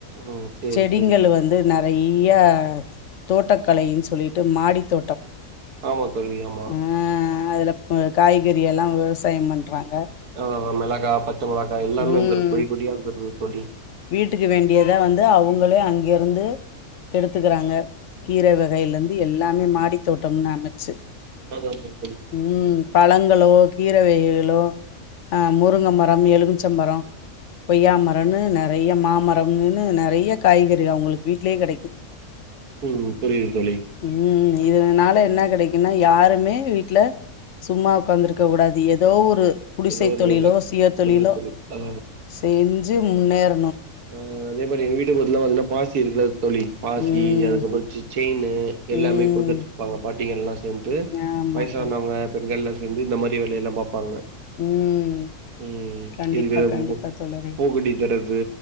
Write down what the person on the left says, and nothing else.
செடிங்கள்
வந்து நெறையா தோட்டக்கலை சொல்லிட் டு மாடிதோட்டோ
உ அதில காய்கறி எல்லா விவசாயோ பண்றாங்க
ம்
வீட்டுக்கு வேண்டியத வந்து அவுங்களே அங்கெருந்து எடுத்துக்கிறாங்க கீர வகையில இருந்து எல்லாமே மாடி தோட்டம்னு அமச்சு
ம் பழங்களு கீர வகைகளு ஆ முருங்க மரோ எலுமிச்ச மரோ கொய்யா மரோன்னு கொய்யா மாமரம்னு நெறைய காய்கறிக அவுங்களுக்கு வீட்லயே கெடைக்கு
ம் இதுனால என்ன கெடைக்குனா யாருமே வீட்ல சும்மா உக்காந்துருக்க கூடாது எதோ ஒரு குடிசை
தொழிலோ
சுய தொழிலோ
செஞ்சு முன்னேற
ம்
ம்
ஆமா
தோழரே
ம்
கண்டிப்பா
கண்டிப்பா தோழரே